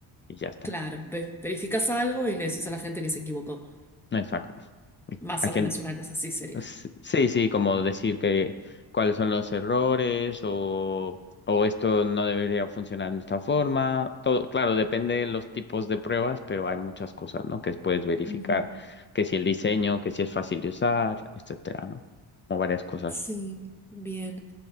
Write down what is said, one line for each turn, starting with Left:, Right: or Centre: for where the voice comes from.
Left: y ya está.
Centre: claro, ve- verificas algo y le decís a la gente que se equivocó.
Left: No es fac-
Centre: Más
Left: ¿A
Centre: o
Left: quién?
Centre: menos una cosa así sería.
Left: S- Sí, sí, como decir que cuáles son los errores o, o esto no debería funcionar de esta forma. Todo, claro, depende de los tipos de pruebas, pero hay muchas cosas, ¿no? Que puedes verificar,
Centre: Ujú.
Left: que si el diseño, que si es fácil de usar, etcétera, ¿no? Como varias cosas.
Centre: Sí, bien.